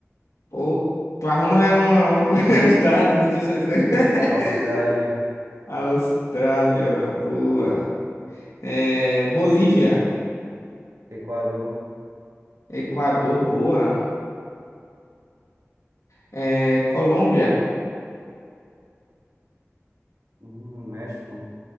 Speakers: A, on the left; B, on the right.
A: Oklahoma é uma- um <laughs> um estado
B: <laughs>
A: dos Estados Unidos. <laughs>
B: Austrália,
A: Austrália, boa. É, Bolívia,
B: Equador,
A: Equador, boa. É, Colômbia,
B: hum, México,